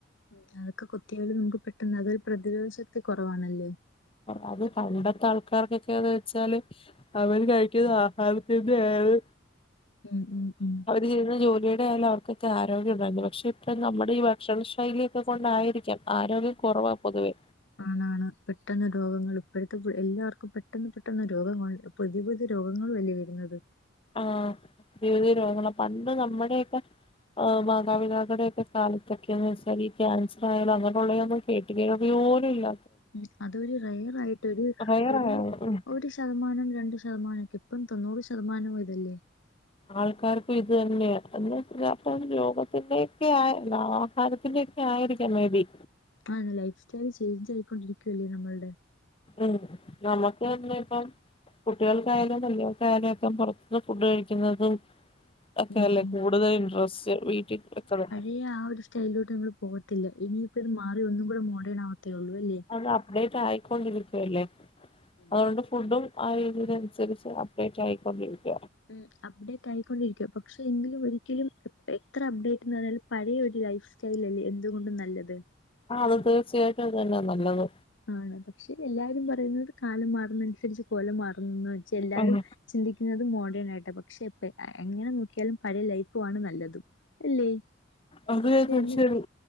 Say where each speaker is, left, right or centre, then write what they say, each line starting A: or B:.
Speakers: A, on the left (about 70°); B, on the left (about 30°).
A: ഉം അതൊക്കെ കൊത്തിയാലും നമുക്ക് പെട്ടെന്ന് അതൊരു പ്രതിരോധ ശക്തി കുറവാണല്ലേ
B: അത് പണ്ടത്തെ ആൾക്കാർ ക്കൊക്കെന്ന് വെച്ചാല് അവര് കഴിക്കുന്ന ആഹാരത്തിന്റെ ഏത്
A: ഉം ഉം ഉം
B: ചെയ്യുന്ന ജോലിയുടെ ആായാലും അവർക്കൊക്കെ ആരോഗ്യം ഉണ്ടായിരുന്നു പക്ഷെ ഇപ്പ നമ്മുടെ ഈ ഭക്ഷണ ശൈലിയൊക്കെ കൊണ്ടായിരിക്കാം ആരോഗ്യം കുറവാ പൊതുവെ
A: ആണാണ് പെട്ടെന്ന് രോഗങ്ങൾ ഇപ്പോഴത്തെ എല്ലാവർക്കും പെട്ടെന്ന് പെട്ടെന്ന് രോഗങ്ങൾ പുതിയ പുതിയ രോഗങ്ങൾ അല്ലെ വരുന്നത്
B: ആഹ് പുതിയ പുതിയ രോഗങ്ങള പണ്ട് നമ്മുടെയൊക്കെ ആഹ് മാതാപിതാക്കളുടെയക്കെ കാലത്തൊക്കെയന്ന് വെച്ചാല് ഈ ക്യാൻസറായാലോ അങ്ങനെയുള്ള കേട്ടു കേൾവി പോലും ഇല്ല
A: ഉം അതൊരു റയർ ആയിട്ട് ഒരു
B: റയറാണ്
A: ഒരു
B: ഉം
A: ഒര് ശ - ശതമാനം രണ്ട് ശതമാനം ഒക്കെ ഇപ്പം തൊണ്ണൂറ് ശതമാനം ഇതല്ലേ
B: ആൾക്കാർക്കും ഇത് തന്നെയ എന്നച്ചാ രോഗത്തിന്റെയൊക്കെ ആ ആഹാരത്തിന്റെ ആയിരിക്കാം മേബി
A: ആ ലൈഫ് സ്റ്റൈൽ ചേഞ്ച് ആയിക്കൊണ്ടിരിക്കുവല്ലേ നമ്മൾടെ
B: ഉം നമുക്ക് തന്നെ ഇപ്പം കുട്ടികൾക്കായാലും വല്യ വർക്കായാലും ഒക്കെ പുറത്തുന്ന് ഫുഡ് കഴിക്കുന്നത് ഒക്കെ
A: ഉം
B: അല്ലേ
A: ഉം
B: കൂടുതൽ ഇന്ററസ്റ്റ് വീട്ടിൽ വെക്കണല്ല
A: ഈ ആ ഒര് സ്റ്റൈലിലോട്ട് നമ്മള് പോകത്തില്ല ഇനിയിപ്പത് മാറി ഒന്നും കൂടെ മോഡേൺ ആവത്തേ ഉള്ളൂ അല്ലേ
B: അത് അപ്ഡേറ്റ് ആയിക്കൊണ്ടിരിക്കുവല്ലേ
A: ഉം
B: അതുകൊണ്ട്
A: ഉം
B: ഫുഡും
A: ഉം
B: ആയിതിനനുസരിച്ച് അപ്ഡേറ്റ് ആയിക്കൊണ്ടിരിക്ക
A: ഉം അപ്ഡേറ്റ് ആയിക്കൊണ്ടിരിക്ക പക്ഷെ എങ്കിലും ഒരിക്കലും എത്ര അപ്ഡേറ്റ്ന്നറഞ്ഞാലും പഴയ ഒരു ലൈഫ് സ്റ്റൈൽ അല്ലേ എന്തുകൊണ്ടും നല്ലത്
B: ആ അത് തീർച്ചയായിട്ടും അത് തന്നെയാ നല്ലത്
A: ആണ് പക്ഷെ എല്ലാരും പറയുന്നത് കാലം മാറുന്ന അനുസരിച്ച് കോലം മാറുന്നു വെച് എല്ലാരും
B: ഉം
A: ചിന്തിക്കുന്നത് മോഡേൺ ആയിട്ടാ പക്ഷെ എങ്ങനെ നോക്കിയാലും പഴയ ലൈഫു ആണ് നല്ലത് അല്ലേ
B: അത്
A: പക്ഷെ എന്നെ
B: ശരി